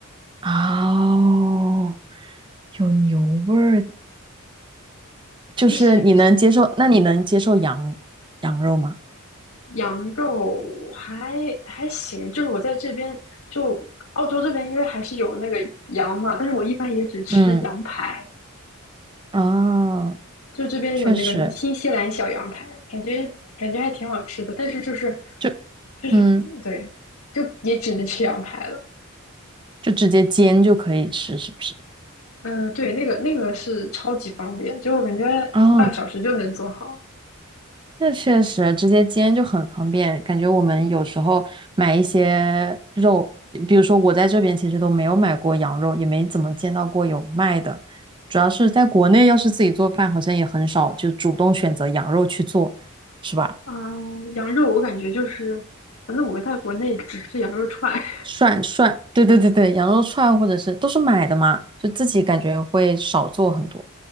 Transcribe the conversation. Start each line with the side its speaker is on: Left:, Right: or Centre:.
Right: 哦，有牛味儿，就是你能接受？
Left: 就是
Right: 那你能接受羊羊肉吗？
Left: 羊肉还还行。就是我在这边，就澳洲这边，因为还是有那个羊嘛，但是我一般也只吃羊排，
Right: 嗯，哦，
Left: 就这边有那个什么新西兰小羊排，
Right: 确实，
Left: 感觉感觉还挺好吃的，但是就是
Right: 就
Left: 就是对，
Right: 嗯，
Left: 就也只能吃羊排了。
Right: 就直接煎就可以吃，是不是？
Left: 嗯，对，那个那个是超级方便，就我感觉
Right: 哦，
Left: 半个小时就能做好。
Right: 那确实，直接煎就很方便。感觉我们有时候买一些肉，比如说我在这边其实都没有买过羊肉，也没怎么见到过有卖的。主要是在国内，要是自己做饭，好像也很少就主动选择羊肉去做，是吧？
Left: 嗯、羊肉我感觉就是，反正我在国内只吃羊肉串。<laughs>
Right: 涮涮，对对对对，羊肉串或者是都是买的嘛，就自己感觉会少做很多，